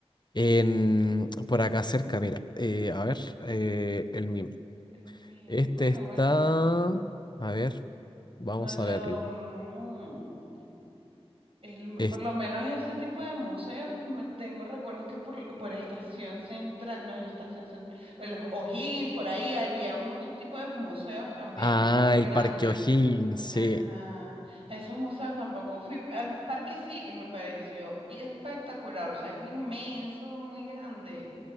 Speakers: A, on the left; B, on the right.
A: en, por acá cerca, mira, eh, a ver, eh, el meme.
B: En mi-
A: Este
B: Mira,
A: está,
B: bueno.
A: a ver, vamos
B: No, yo.
A: a verlo.
B: mm, El-
A: Es-
B: por lo menos ese tipo de museos, me- tengo recuerdos que por, por Estación Central, no es Estación Central, los O'Higgins, por ahí había muchos tipos de museos también,
A: ah,
B: un parque
A: el
B: grande.
A: Parque O'Higgins, sí.
B: Ajá, esos museos tampoco fui. Al parque sí, y me pareció espectacular, o sea, es inmenso, muy grande,